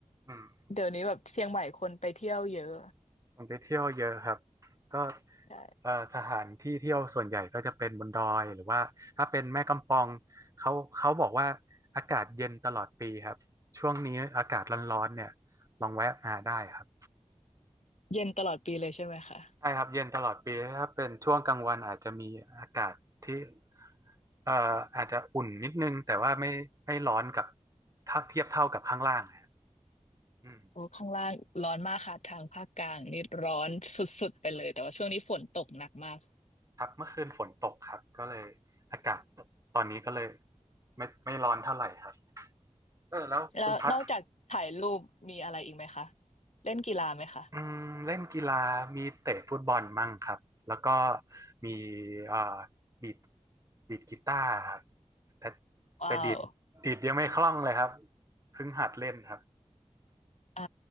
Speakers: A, on the right; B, on the left.
A: อืม
B: เดี๋ยวนี้แบบเชียงใหม่คนไปเที่ยวเยอะ
A: ผมไปเที่ยวเยอะครับก็
B: ใช่
A: เอ่อสถานที่เที่ยวส่วนใหญ่ก็จะเป็นบนดอยหรือว่าถ้าเป็นแม่กำปองเขาเขาบอกว่าอากาศเย็นตลอดปีครับช่วงนี้อากาศร้อนๆเนี่ยลองแวะมาได้ครับ
B: เย็นตลอดปีเลยใช่ไหมคะ
A: ใช่ครับเย็นตลอดปีถ้าเป็นช่วงกลางวันอาจจะมีอากาศที่เอ่ออาจจะอุ่นนิดนึงแต่ว่าไม่ไม่ร้อนกับถ้าเทียบเท่ากับข้างล่างนะครับอืม
B: โอ้ข้างล่างร้อนมากค่ะทางภาคกลางนี่ร้อนสุดๆไปเลยแต่ว่าช่วงนี้ฝนตกหนักมาก
A: ครับเมื่อคืนฝนตกครับก็เลยอากาศตอนนี้ก็เลยไม่ไม่ร้อนเท่าไหร่ครับเออแล้วคุณพัด
B: แล้วนอกจากถ่ายรูปมีอะไรอีกไหมคะเล่นกีฬาไหมคะ
A: อืมเล่นกีฬามีเตะฟุตบอลมั่งครับแล้วก็มีเอ่อดีดดีดกีตาร์ครับแต่
B: ว้าว
A: แต่ดีดดีดยังไม่คล่องเลยครับเพิ่งหัดเล่นครับ
B: อ่า